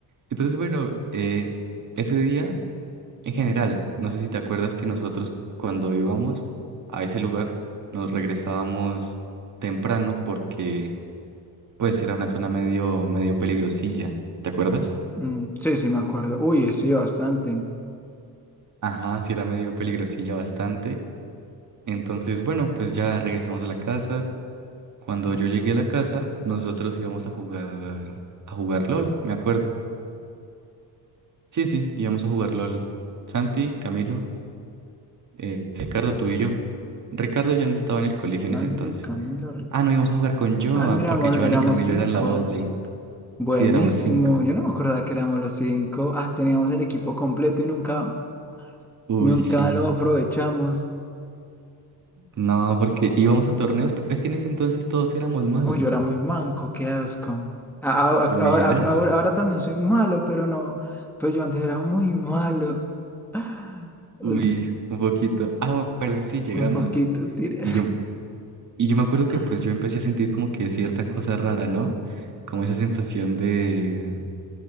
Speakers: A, on the right (about 45°); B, in the centre.
A: Entonces, bueno, eh, ese día... En general, no sé si te acuerdas que nosotros cuando íbamos a ese lugar nos regresábamos temprano porque pues era una zona medio, medio peligrosilla, ¿te acuerdas?
B: Mm, sí, sí, me acuerdo. Uy, sí, bastante.
A: Ajá, sí era medio peligrosilla bastante. Entonces, bueno, pues ya regresamos a la casa. Cuando yo llegué a la casa, nosotros íbamos a jugar, a jugar LOL, me acuerdo. Sí, sí, íbamos a jugar LOL. Santi, Camilo, eh, Ricardo, tú y yo. Ricardo ya no estaba en el colegio
B: Dante,
A: en ese entonces.
B: Camilo, Ricardo.
A: Ah, no, íbamos a jugar con Joan,
B: Ah, mira,
A: porque
B: amor,
A: Joan
B: éramos
A: y Camilo
B: cinco.
A: eran la botlane.
B: Buenísimo.
A: Sí, éramos cinco.
B: Yo no me acordaba que éramos los cinco. Ah, teníamos el equipo completo y nunca,
A: Uy,
B: nunca
A: sí.
B: lo aprovechamos.
A: No, porque íbamos a torneos. pe- Es que en ese entonces todos éramos malos.
B: Uy, yo era muy manco, qué asco. A- a- a-
A: ¿Hubieras?
B: Ahora, a- ahora, ahora también soy malo, pero no. Pues yo antes era muy malo. <gasps> <sighs> Uy,
A: Uy, un poquito. Ah, bu- bueno, sí, llegamos.
B: un poquito tiré.
A: Y yo, y yo me acuerdo que
B: <laughs>
A: pues yo empecé a sentir como que cierta cosa rara, ¿no? Como esa sensación de